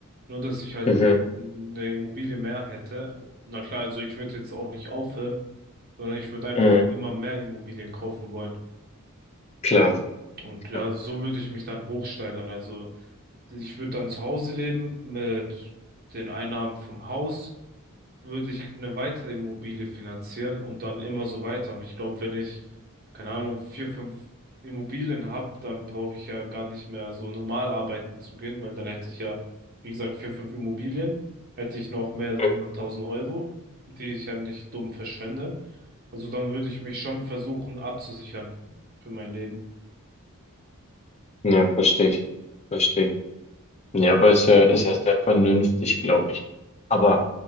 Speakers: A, on the right (about 45°); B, on the left (about 30°).
A: nur dass ich halt
B: Mhm,
A: eine Immobilie mehr hätte. Na klar, also ich würde jetzt auch nicht aufhören, sondern ich würde einfach
B: mhm,
A: immer mehr Immobilien kaufen wollen.
B: klar,
A: Und ja,
B: ja,
A: so würde ich mich dann hochsteigern. Also ich würde dann zu Hause leben mit den Einnahmen vom Haus, würde ich eine weitere Immobilie finanzieren und dann immer so weiter. Und ich glaube, wenn ich, keine Ahnung, vier, fünf Immobilien habe, dann brauche ich ja gar nicht mehr so normal arbeiten zu gehen, weil dann hätte ich ja, wie gesagt, vier, fünf Immobilien, hätte ich noch mehr so
B: mhm.
A: hunderttausend Euro, die ich ja nicht dumm verschwende. Also dann würde ich mich schon versuchen abzusichern für mein Leben.
B: Ja, verstehe ich, verstehe ich. Ja, aber ist ja, ist ja sehr vernünftig, glaube ich. Aber